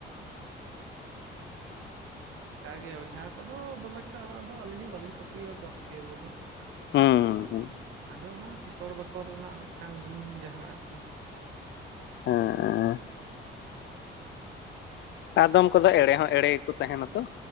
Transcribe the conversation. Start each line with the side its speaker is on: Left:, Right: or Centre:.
Right: ᱚᱱᱠᱟ ᱜᱮ ᱚᱡᱷᱟ ᱠᱚᱫᱚ ᱫᱚᱢᱮ ᱮᱠᱴᱟᱫᱚ ᱟᱹᱞᱤᱧ ᱦᱚᱸ ᱵᱟᱹᱞᱤᱧ ᱯᱟᱹᱛᱭᱟᱹᱣ ᱟᱠᱚᱣᱟ ᱯᱟᱹᱛᱭᱟᱹᱣ ᱠᱚᱫᱚ᱾
Left: ᱦᱩᱸᱻ ᱦᱩᱸᱻ
Right: ᱟᱫᱚ ᱚᱱᱟ ᱥᱤᱠᱚᱲ ᱵᱟᱠᱚᱲ ᱨᱮᱱᱟᱜ ᱢᱤᱫᱴᱟᱝ ᱜᱩᱱ ᱡᱟᱦᱟᱸ ᱟᱨᱠᱤ᱾
Left: ᱦᱮᱸᱻ ᱮᱸᱻ ᱟᱫᱚᱢ ᱠᱚᱫᱚ ᱮᱲᱮ ᱦᱚᱸ ᱮᱲᱮ ᱜᱮᱠᱚ ᱛᱟᱦᱮᱱᱟ ᱛᱚ᱾